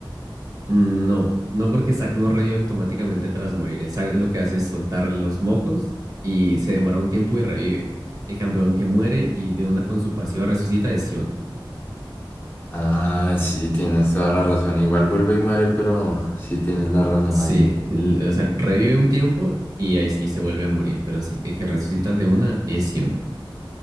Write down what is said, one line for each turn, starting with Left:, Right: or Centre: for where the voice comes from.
Right: Mm, No, no porque Zac no revive automáticamente tras morir. El Zac lo que hace es soltar los mocos y se demora un tiempo y revive. El campeón que muere y de una con su pasiva resucita es Sion.
Left: Ah, sí, tienes toda la razón. Igual vuelve y muere, pero sí tienes la razón
Right: Sí,
Left: ahí.
Right: el- o sea, revive un tiempo y ahí sí se vuelve a morir, pero sí, el que resucita de una es Sion.